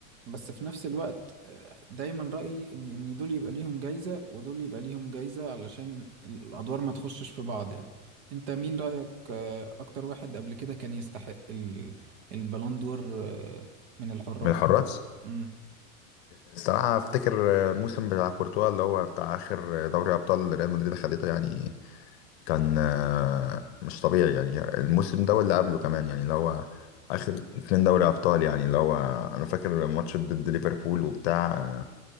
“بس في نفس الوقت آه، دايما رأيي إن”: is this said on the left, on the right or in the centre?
Right